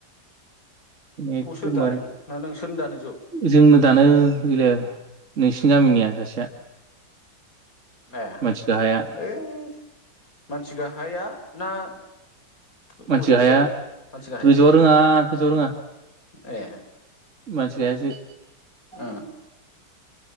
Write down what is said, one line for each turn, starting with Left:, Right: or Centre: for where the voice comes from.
Right: एखदमबारे
Left: सोर दानो ना नोंसोरनो दानो ज'
Right: जोंनो दानो <unintelligible> नोंसिनि गामिनिया सासेया
Left: माया
Right: मानसि गाहाया
Left: ऐ मानसि गाहाया ना अबे
Right: मानसि
Left: सासेया
Right: हाया
Left: मानसि गाहाया
Right: गोजौआव रोङा गोजौआव रोङा
Left: ए
Right: मानसिखायासो
Left: उम